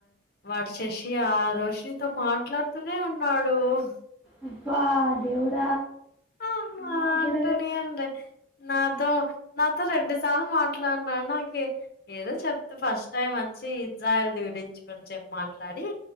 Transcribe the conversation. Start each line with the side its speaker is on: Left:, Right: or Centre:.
Left: వాడు చసి ఆ రోషితో మాట్లాడుతూనే ఉన్నాడు ఆడు
Centre: అబ్బా దవుడ
Left: అమ్మా
Centre: నాబడ
Left: అంటనే అంది నాతో నాతో రెండు సార్లు మాట్లాడినాడు నాకు ఏదో చెప్తే ఫస్ట్ టైమ్ అ వచ్చి జయల్ది గురించి కొంచసేపు మాట్లాడి